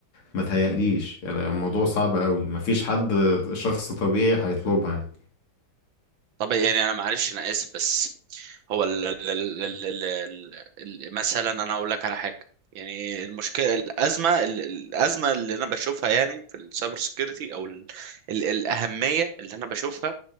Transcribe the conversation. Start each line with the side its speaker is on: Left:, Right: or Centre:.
Left: ما تهيأليش يعني الموضوع صعب قوي مفيش حد شخص طبيعي هيطلبها يعني
Right: طب يعني انا معلش انا اسف بس هو ال ال ال ال ال ال ال مثلا انا اقول لك على حاجه يعني المشكله الازمه ال- ال- الازمه اللي انا بشوفها يعني في السايبر سكيورتي او ال ال الاهميه اللي انا بشوفها